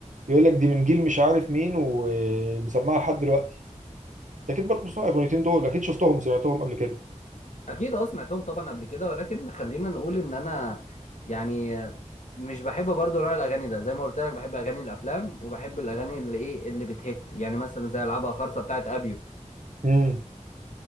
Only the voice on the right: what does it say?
يقول لك دي من جيل مش عارف مين ومسمعها لحد دلوقتي انت اكيد برضو بتسمع الاغنيتين دول اكيد شفتهم سمعتهم قبل كده
امم